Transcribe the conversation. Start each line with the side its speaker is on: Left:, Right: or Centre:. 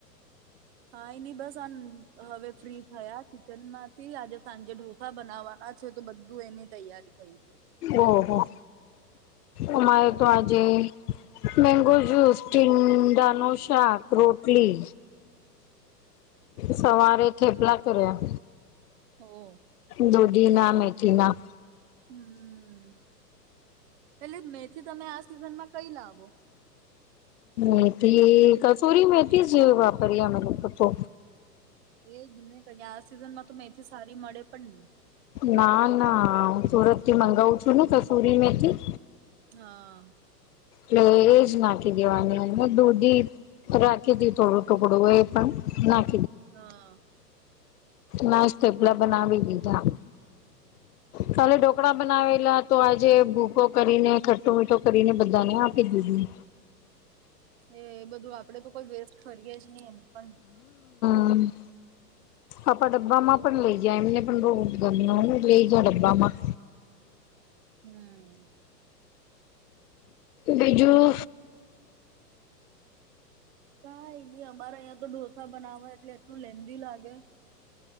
Right: કઈ નઈ બસ આ હવે ફ્રી થયા કિચન માંથી આજે સાંજે ઢોસા બનાવવાના છે તો બધું એની તૈયારી થઈ ગય
Left: ઓહ અમારે તો આજે મેંગો જૂસ ટીંડા ન શાક રોટલી સવારે થેપલા કર્યા
Right: ઓ
Left: દુદી નામે <unintelligible>
Right: હમ્મ. એટલે મેથી તમે આ સિઝન માં કઈ લાવો?
Left: મેથી, કસુરી મેથીજ વાપરીએ અમે તો તો
Right: એજ નને ક આ સિઝન માં તો મેથી સારી મળે પણ નહી
Left: ના ના હ સુરત થી મંગાવું છું ને કસૂરી મેથી
Right: હા
Left: એટલે એજ નાખી દેવાની અને દૂધી રાખી હતી થોડું ટુકડું એ પણ નાખી
Right: હા
Left: મસ્ત થેપલા બનાવી દીધા કાલે ઢોકળા બનાવેલા તો આજે ભૂકો કરીને ખાટ્ટુ મીઠું કરીને બધાનું આપી દીધું.
Right: એ બધું આપડે તો કોઈ વેસ્ટ કરીએે જ નહી એમ પણ.
Left: હમ. આપણા ડબ્બામાં પણ લઈ ગયા એમને પણ બો ગમ્યું અને <inaudible> લઈ ગયા ડબ્બામાં.
Right: હમ્મ.
Left: બીજું
Right: કાયની અમારા અહીંયા તો ઢોસા બનાવા એટલે એટલું લેન્ધી લાગે.